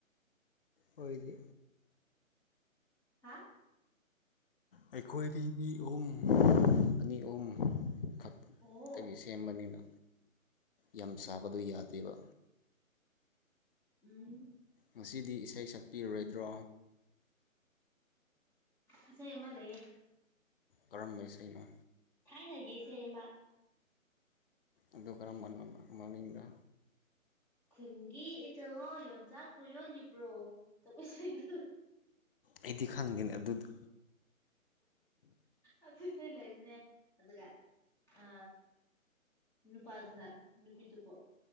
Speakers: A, on the left; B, in the centre.
A: ꯑꯣꯏꯣꯏꯗꯤ
B: ꯍꯥ
A: ꯑꯩꯈꯣꯏꯗꯤ ꯃꯤ ꯑꯍꯨꯝ ꯑꯅꯤ ꯑꯍꯨꯝ ꯈꯛ
B: ꯑꯣ
A: ꯇꯒꯤ ꯁꯦꯝꯕꯅꯤꯅ ꯌꯥꯝ ꯁꯥꯕꯗꯣ ꯌꯥꯗꯦꯕ
B: ꯎꯝ
A: ꯉꯁꯤꯗꯤ ꯏꯁꯩ ꯁꯛꯄꯤꯔꯔꯣꯏꯗ꯭ꯔꯣ
B: ꯏꯁꯩ ꯑꯃ ꯂꯩꯌꯦ
A: ꯀꯔꯝꯕ ꯏꯁꯩꯅꯣ
B: ꯊꯥꯏꯅꯒꯤꯁꯦ ꯃꯥ
A: ꯑꯗꯨ ꯀꯔꯝꯕ ꯃꯃꯤꯡꯗ꯫
B: ꯈꯨꯟꯒꯤ ꯏꯆꯜꯣ ꯌꯣꯟꯆꯥꯛꯄꯨ ꯌꯣꯜꯂꯤꯕ꯭ꯔꯣ ꯇꯧꯕ ꯏꯁꯩꯗꯣ꯫
A: ꯑꯩꯗꯤ ꯈꯪꯗꯦꯅꯦ ꯑꯗꯨꯗꯨ
B: ꯑꯗꯨꯆ ꯂꯩꯕꯅꯦ ꯑꯗꯨꯒ ꯑ ꯅꯨꯄꯥ ꯑꯗꯨꯅ ꯅꯨꯄꯤꯗꯨ ꯄꯣ